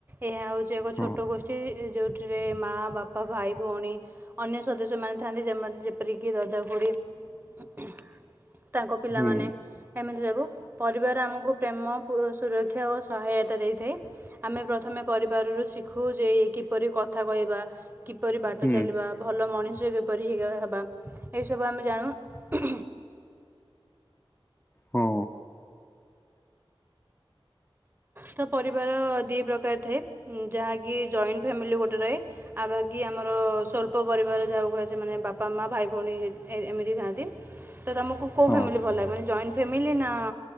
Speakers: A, on the right (about 20°); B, on the left (about 20°).
A: ଏହା ହେଉଛି ଯେ ଏକ
B: ହଁ
A: ଛୋଟ ଗୋଷ୍ଠୀ ଯେଉଁଥିରେ ମାଆ ବାପା ଭାଇ ଭଉଣୀ ଅନ୍ୟ ସଦସ୍ୟ ମାନେ ଥାନ୍ତି ଯେମତ ଯେପରିକି ଦାଦା ଖୁଡି <inaudible> ତାଙ୍କ ପିଲାମାନେ
B: ହୁଁ
A: ଏମିତି ସବୁ ପରିବାର ଆମକୁ ପ୍ରେମ ସୁରକ୍ଷା ଓ ସହାୟତା ଦେଇଥାଏ ଆମେ ପ୍ରଥମେ ପରିବାରରୁ ଶିଖୁ ଯେ କିପରି କଥା କହିବା କିପରି ବାଟ
B: ହୁଁ
A: ଚାଲିବା ଭଲ ମଣିଷ କିପରି <inaudible> ହେବା ଏସବୁ ଆମେ ଜାଣୁ
B: ହଁ
A: ତ ପରିବାର ଦି ପ୍ରକାର ଥାଏ ଯାହାକି ଜଏଣ୍ଟ ଫ୍ୟାମିଲି ଗୋଟେ ରହେ। ଆଉ ବାକି ଆମର ସ୍ୱଳ୍ପ ପରିବାର ଯାହାକୁ କୁହାଯାଏ ମାନେ ବାପା ମା ଭାଇ ଭଉଣୀ ଏ ଏମିତି ଥାଆନ୍ତି। ତ ତମକୁ କୋଉ
B: ହଁ
A: ଫ୍ୟାମିଲି ଭଲ ଲାଗେ ମାନେ ଜଏଣ୍ଟ ଫ୍ୟାମିଲି ନା